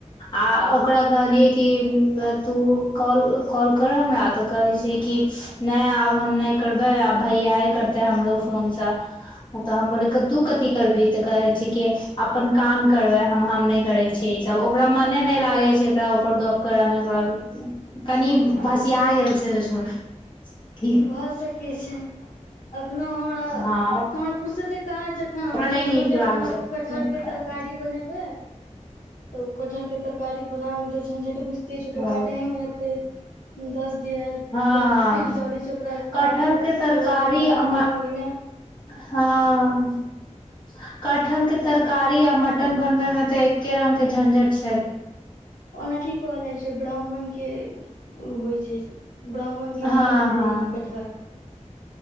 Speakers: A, on the left (about 35°); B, on the left (about 85°).
A: आ ओकरा कहलियै कि तू कॉल कॉल कर हमरा तऽ कहै छै कि नहि आब हम नहि करबै आब भैयाए करतै हमरो फोनसँ तऽ हम बोले कि तू कथि करबिही तऽ कहे छै कि अपन काम करबै हम हम नहि करै छियै ई सब ओकरा मने नहि लागै छै एकरा ऊपर गप करऽ मे ओकरा कनि
B: अच्छा
A: भसिया गेल छै ओहि छो
B: भए सकै छै अखनो हमरा
A: हँ
B: हमरा फुर्सते कहाँ छै एखन
A: ओकरा
B: हम सोचलहुँ
A: नहि नीक
B: कि अखन
A: लागै
B: आब कटहर के
A: छै
B: तरकारी बनेबै तऽ ओ कटहरके तरकारी बनाबैमे तऽ झंझट बुझिते छियै ओकरा
A: ओ
B: काटहेमे एते दस दिया
A: हँ
B: तेल जरै छै ओकरा
A: कटहल
B: काटु
A: के तरकारी
B: करुआ तेल लगाकऽ
A: आ म
B: ओहिमे
A: हँ कटहल के तरकारी आ म टन बनबै मे तऽ एके रंग के झंझट छै
B: ओना की कहल जाइ छै ब्राह्मण के होइ छै ब्राह्मण के
A: हँ
B: मटन भेलै
A: हँ
B: ई कटहर